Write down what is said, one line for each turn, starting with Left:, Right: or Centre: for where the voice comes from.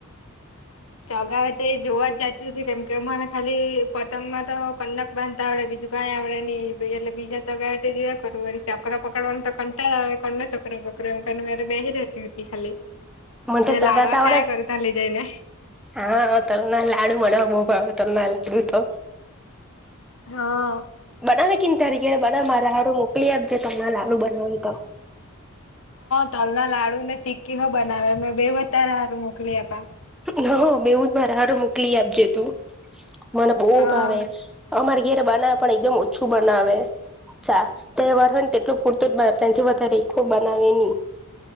Left: ચોગાવ તો જોવા જતી કેમ કે મને ખાલી પતંગ માં તો કનક બાંધતા આવડે બીજું કઈ આવડે નિ એટલે બીજા જગા એટ જ ક કર ચકર પકડવાનુંને તો કંટા ક ચક પકડ પ્રંકાને મેરે બે રતી હતી ખાલી
Centre: મને તો
Left: મે
Centre: ચગાવતા
Left: લાડવા
Centre: આવડે
Left: ખાયા કર ત લઈ જાયને
Centre: હા તલના લાડુ મળવા બહ ભાવ તલનાર લાડુ તો
Left: હા
Centre: નાવે ક તારીકે બધ મારે હાડું મોકલી આપજે તો લાડુ બનાવે તો
Left: તલ ના લાડુ ને ચી્કી હો બનાવે મેં બે વધારે સારું મોકલી આપ્યા
Centre: હ મેવું જ મારા હડું મોકલી આપજે તું મને બહ
Left: હા
Centre: ભાવે અમારે ઘરે બનાવે પણ એકદમ ઓછું બનાવે ચા તહેવાર હોય ને તેટલું પૂરતું જ ત્યાંથી વધારે એકું બનાવે નહી